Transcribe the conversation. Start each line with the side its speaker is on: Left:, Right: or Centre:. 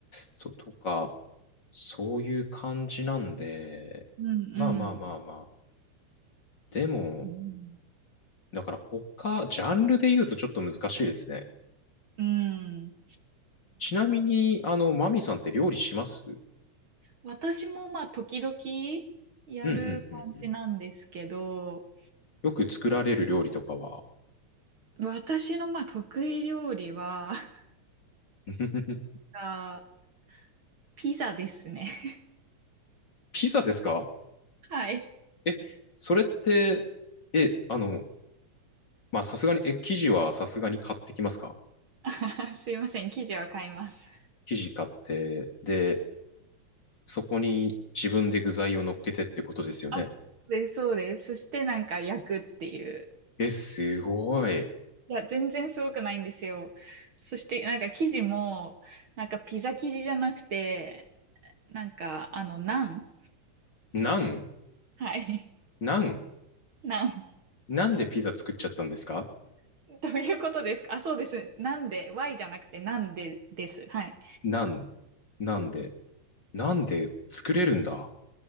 Left: そうとか、そういう感じなんで、
Right: うんうん。
Left: まあまあまあまあ。でも、
Right: うん。
Left: だから他、ジャンルで言うとちょっと難しいですね。
Right: うん、
Left: ちなみに、あの、マミさんって料理します
Right: 私もまあ時々やる感じなんですけど、
Left: うんうんうんうん。よく作られる料理とかは
Right: 私のまあ得意料理は、<laughs>
Left: <laughs>
Right: あ、ピザですね。
Left: ピザですか
Right: <laughs> はい。
Left: え、それって、え、あの、まあ、さすがに、え、生地はさすがに買ってきますか
Right: あすいません、生地は買います。
Left: 生地買って、で、そこに自分で具材を乗っけてってことですよね。
Right: あ、で、そうです。そしてなんか焼くっていう。
Left: え、すごい。
Right: いや、全然すごくないんですよ。そしてなんか生地も、なんかピザ生地じゃなくて、なんかあの、ナン。
Left: なん
Right: はい。
Left: なん
Right: ナン
Left: なんでピザ作っちゃったんですか
Right: <laughs> どういうことですかあ、そうです。なんで、Y じゃなくて、なんでです。はい。
Left: なんなんでなんで作れるんだ